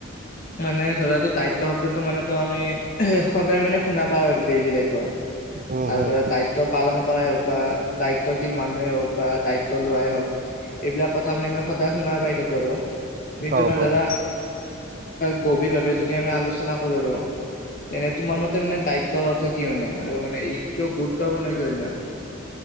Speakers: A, on the left; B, on the right.
A: মানে ধৰাটো দায়িত্ব শব্দটো মানেো আমি সদায় মানে শুনা পাওঁ আৰু ডেইলি লাইফত।
B: উম হুম,
A: আৰু ধৰা দায়িত্ব পালন কৰাই হওক বা দায়িত্বশীল মানুহে হওক বা দায়িত্ব লোৱাই হওক এইবিলাক কথা মানে আমি সদায় শুনা পাই থাক আৰু। কিন্তু,
B: পাওঁ
A: মানে
B: পাওঁ
A: ধৰা গভীৰভাৱে যদি আমি আলোচনা কৰো। আৰু তেনে তোমাৰ মতে মানে দায়িত্বৰ অৰ্থ কি মানে, আৰু মানে কিয় গুৰুত্বপূৰ্ণ কিয় ইমান? <inaudible>